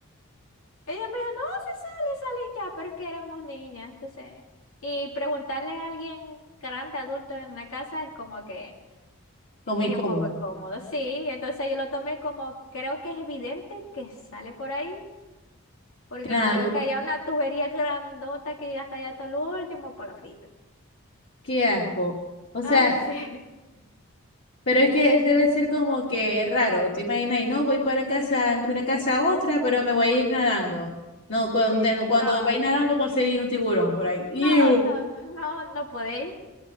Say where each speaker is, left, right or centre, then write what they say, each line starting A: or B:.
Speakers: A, on the left (about 70°); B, on the left (about 50°).
A: Ella me dijo, no, se sale, sale y ya, pero es que éramos niñas, entonces. Y preguntarle a alguien grande, adulto en la casa es como que
B: Como
A: es
B: incómodo.
A: un poco incómodo, sí. Entonces yo lo tomé como, creo que es evidente que sale por ahí, porque
B: Claro.
A: no creo que haya una tubería grandota que llega hasta allá hasta el último palafita.
B: Qué asco. O sea,
A: Ay, sí.
B: Pero es que es- debe ser como que raro, te imaginas, y no voy para casa,
A: <laughs>
B: de una casa a otra, pero me voy a ir nadando. No, cuando,
A: Sí,
B: cuando
A: no,
B: vais nadando conseguís un tiburón por ahí. ¡Iu!
A: no, no, no, no podéis,